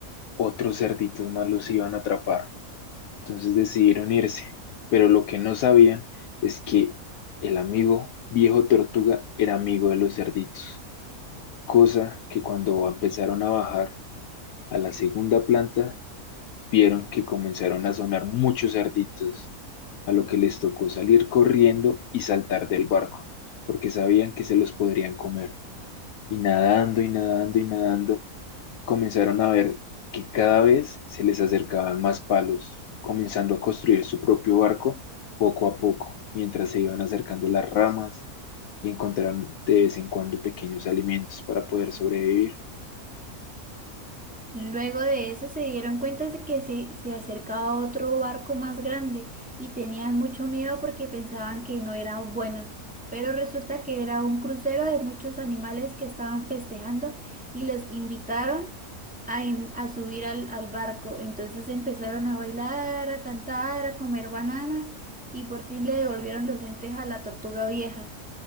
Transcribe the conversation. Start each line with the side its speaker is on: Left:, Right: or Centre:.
Left: otros cerditos más los iban a atrapar. Entonces decidieron irse, pero lo que no sabían es que el amigo viejo tortuga era amigo de los cerditos, cosa que cuando empezaron a bajar a la segunda planta, vieron que comenzaron a sonar muchos cerditos, a lo que les tocó salir corriendo y saltar del barco, porque sabían que se los podrían comer. Y nadando y nadando y nadando, comenzaron a ver que cada vez se les acercaban más palos, comenzando a construir su propio barco poco a poco, mientras se iban acercando las ramas y encontraron de vez en cuando pequeños alimentos para poder sobrevivir.
Centre: Luego de eso se dieron cuenta de que se, se acercaba otro barco más grande y tenían mucho miedo porque pensaban que no eran buenos. Pero resulta que era un crucero de muchos animales que estaban festejando y los invitaron a, en- a subir al, al barco. Entonces empezaron a bailar, a cantar, a comer bananas y por fin le devolvieron los lentes a la tortuga vieja.